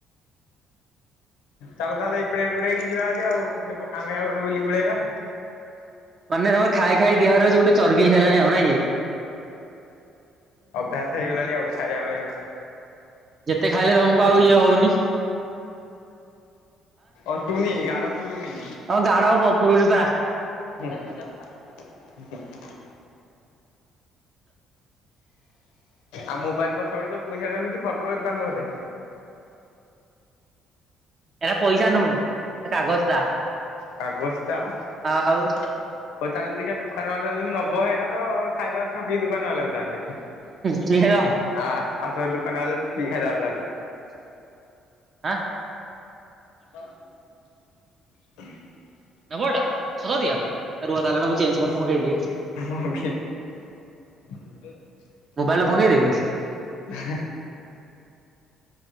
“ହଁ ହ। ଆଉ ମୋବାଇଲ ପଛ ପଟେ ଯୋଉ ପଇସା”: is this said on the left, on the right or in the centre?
Left